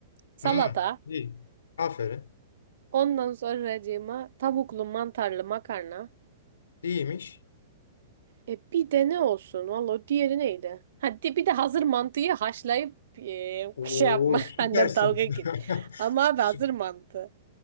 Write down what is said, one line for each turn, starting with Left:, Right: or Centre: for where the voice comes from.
Right: salata,
Left: Hı. İyi. Aferin.
Right: ondan sonracığıma tavuklu mantarlı makarna.
Left: İyiymiş.
Right: E bir de ne olsun? Valla diğeri neydi? Hadi bir de hazır mantıyı haşlayıp e,
Left: Oo
Right: şey yapma.
Left: süpersin.
Right: <laughs> Annem dalga git.
Left: <laughs>
Right: Ama abi
Left: Sü-
Right: hazır mantı.